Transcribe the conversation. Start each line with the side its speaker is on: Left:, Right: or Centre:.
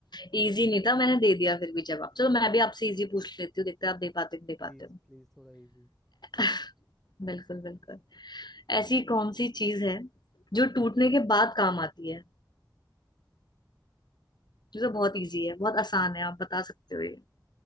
Left: इजी नहीं था मैंने दे दिया फिर भी जवाब चलो मैं भी आपसे इजी पूछ लेती हूँ देखते हैं आप दे पाते हो, दे
Centre: प्लीज
Left: पाते हो
Centre: प्लीज थोड़ा इजी
Left: <laughs> बिल्कुल बिल्कुल ऐसी कौन सी चीज है जो टूटने के बाद काम आती है ये तो बहुत इजी है बहुत आसान है आप बता सकते हो ये